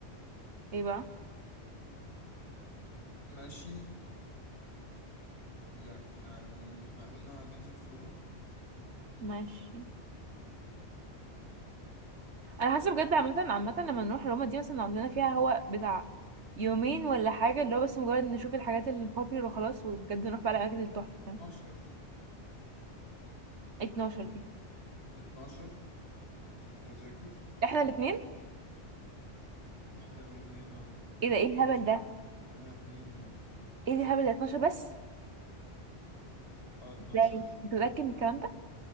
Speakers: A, on the right; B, on the left.
A: ايه بقى
B: ماشي يعني احنا قلنا هننزل في روما
A: ماشي انا حاسه بجد
B: تعالي
A: عامه
B: نشوف
A: عامه لما نروح روما دي مثلا عندنا فيها هو بتاع يومين ولا حاجه اللي هو بس مجرد نشوف الحاجات البوبيلر وخلاص وبجد نروح بقى الاماكن التحفه
B: 12
A: فاهم 12 دي
B: ب 12 التذاكر
A: احنا الاثنين
B: احنا الاتنين اه
A: ايه
B: تقريبا
A: ده ايه الهبل
B: عشان
A: ده
B: اعمل- اعملها اتنين يعني
A: ايه ده الهبل ده 12 بس
B: اه 12
A: ازاي انت متاكد من الكلام ده